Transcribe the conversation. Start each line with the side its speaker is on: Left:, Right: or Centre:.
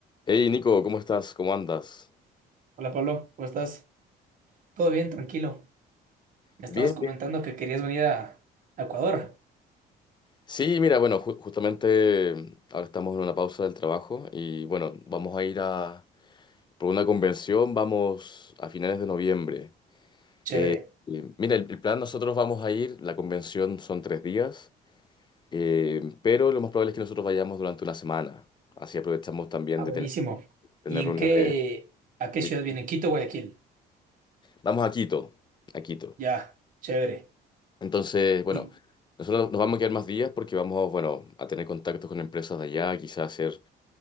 Left: Hey Nico, ¿cómo estás? ¿Cómo andas?
Right: Hola Pablo, ¿cómo estás? ¿Todo bien? Tranquilo. Me
Left: Bien,
Right: estabas comentando
Left: bien.
Right: que querías venir a, a Ecuador.
Left: Sí, mira, bueno, ju- justamente mm, ahora estamos en una pausa del trabajo y bueno, vamos a ir a por una convención, vamos a finales de noviembre.
Right: Chévere.
Left: Eh, eh, mira, el, el plan nosotros vamos a ir, la convención son tres días, eh, pero lo más probable es que nosotros vayamos durante una semana. Así aprovechamos también
Right: Ah, buenísimo.
Left: de tener, tener
Right: ¿Y en
Left: reuniones.
Right: qué, a qué
Left: de-
Right: ciudad vienen? Quito, Guayaquil.
Left: Vamos a Quito, a Quito.
Right: Ya, chévere.
Left: Entonces, bueno,
Right: Y
Left: nosotros nos vamos a quedar más días porque vamos, bueno, a tener contactos con empresas de allá, quizás hacer